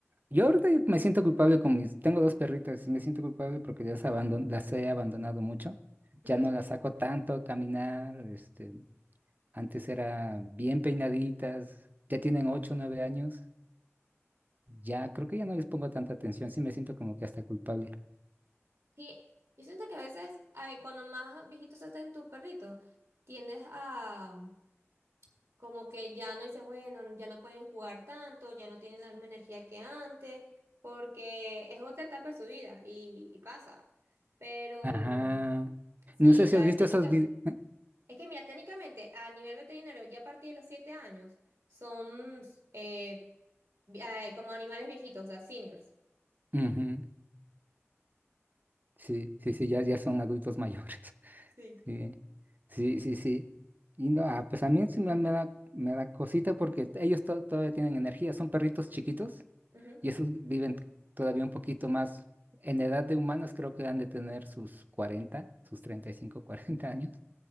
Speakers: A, on the right (about 40°); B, on the right (about 80°).
A: Yo ahorita me siento culpable con mis. Tengo dos perritas y me siento culpable porque las, abandon, las he abandonado mucho.
B: ujú.
A: Ya no las saco tanto a caminar. Este, antes era bien peinaditas. Ya tienen ocho, nueve años. Ya, creo que ya no les pongo tanta atención, sí me siento como que hasta culpable.
B: Sí, yo siento que a veces, a ver, cuando más viejitos se hacen tus perritos, tiendes a como que ya no dices, bueno, ya no pueden jugar tanto, ya no tienen la misma energía que antes, porque es otra etapa de su vida y, y pasa. Pero
A: Ajá.
B: sí,
A: No sé si
B: ya
A: has visto
B: técnica.
A: esos videos.
B: Es que mira, técnicamente a nivel veterinario, ya a partir de los siete años, son eh, vi- eh, como animales viejitos, o sea, seniors.
A: <laughs> Sí, sí, sí, ya, ya son adultos mayores. <laughs>
B: Sí.
A: Sí, sí, sí, sí. Y no, ah, pues a mí sí me, me da, me da cosita porque ellos to- todavía tienen energía, son perritos chiquitos
B: Ujú.
A: y esos viven todavía un poquito más. En edad de humanos creo que han de tener sus 40, sus 35, <laughs> 40 años.